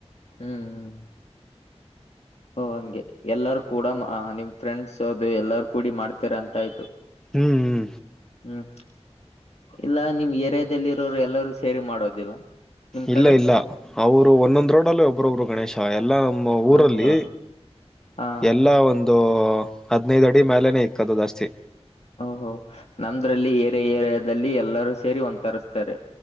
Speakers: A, on the left; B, in the centre.
A: ಹ್ಮ್ ಹ್ಮ್ ಓ ಹಂಗೆ ಎಲ್ಲಾರೂ ಕೂಡ ನಿಮ್ ಫ್ರೆಂಡ್ಸ್ ಅದು ಎಲ್ಲಾರ ಕೂಡಿ ಮಾಡ್ತಿರಾ ಅಂತ ಆಯ್ತು
B: ಹ್ಮ್ ಹ್ಮ್
A: ಹ್ಮ್ ಇಲ್ಲ ನಿಮ್ ಏರಿಯಾದಲ್ಲಿ ಇರೋರು ಎಲ್ಲರೂ ಸೇರಿ ಮಾಡೋದಿಲ್ಲ ನಿಮ್
B: ಇಲ್ಲ
A: ಕಡೆ
B: ಇಲ್ಲ ಅವರು ಒಂದೊಂದ್ ರೋಡ್ ಅಲ್ಲೂ ಒಬ್ಬ್ರೊಬ್ರು ಗಣೇಶ ಎಲ್ಲ ನಮ್ಮ ಊರಲ್ಲಿ
A: ಓಹೋ ಹಾ
B: ಎಲ್ಲ ಒಂದ್ ಅದು ಹದಿನೈದು ಅಡಿ ಮೇಲೇನೆ ಇಕ್ಕದು ಜಾಸ್ತಿ
A: ಓಹೋ ನಮ್ದ್ರಲ್ಲಿ ಏರಿಯ ಏರಿಯಾದಲ್ಲಿ ಎಲ್ಲರೂ ಸೇರಿ ಒಂದ್ ತರಸ್ಸ್ತಾರೆ